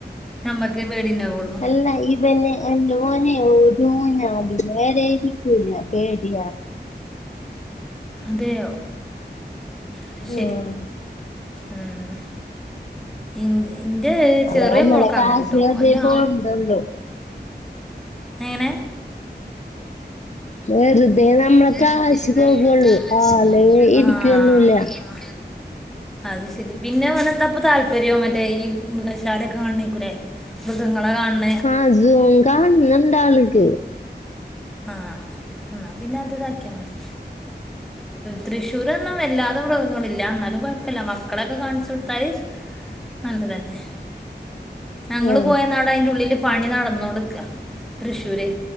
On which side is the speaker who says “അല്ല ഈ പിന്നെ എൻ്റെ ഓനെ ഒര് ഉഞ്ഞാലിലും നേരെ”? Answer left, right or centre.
Left